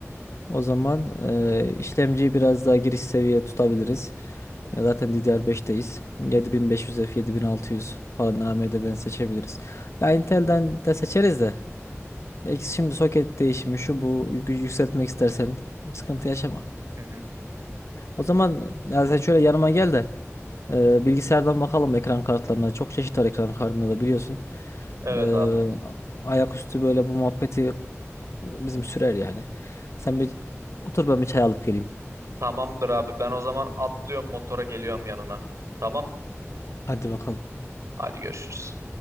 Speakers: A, on the left; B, on the right.
A: O zaman e, işlemciyi biraz daha giriş seviye tutabiliriz. E, zaten DDR5'teyiz. 7500F, 7600 falan AMD'den seçebiliriz. Ya Intel'den de seçeriz de. Ya ikisi şimdi soket değişimi şu bu yük- yükseltmek istersen sıkıntı yaşama.
B: Hı hı.
A: O zaman ya sen şöyle yanıma gel de e, bilgisayardan bakalım ekran kartlarına. Çok çeşit var ekran kartında da biliyorsun.
B: Evet
A: E,
B: abi.
A: ayaküstü böyle bu muhabbeti bizim sürer yani. Sen bir otur ben bir çay alıp geleyim.
B: Tamamdır abi. Ben o zaman atlıyorum motora geliyorum yanına. Tamam.
A: Hadi bakalım.
B: Hadi görüşürüz.